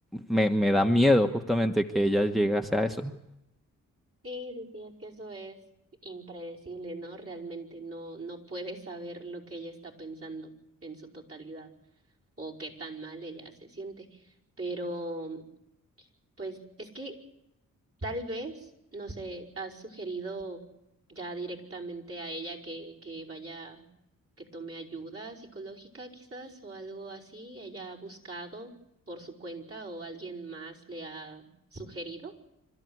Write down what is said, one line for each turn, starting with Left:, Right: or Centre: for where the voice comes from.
Centre: me, me da miedo justamente que ella llegase a eso.
Right: sí, sí, sí, sí, es que eso es impredecible, ¿no? Realmente no, no puedes saber lo que ella está pensando en su totalidad o qué tan mal ella se siente. Pero, pues, es que Tal vez, no sé, has sugerido ya directamente a ella que, que vaya, que tome ayuda psicológica quizás o algo así. ¿Ella ha buscado por su cuenta o alguien más le ha sugerido?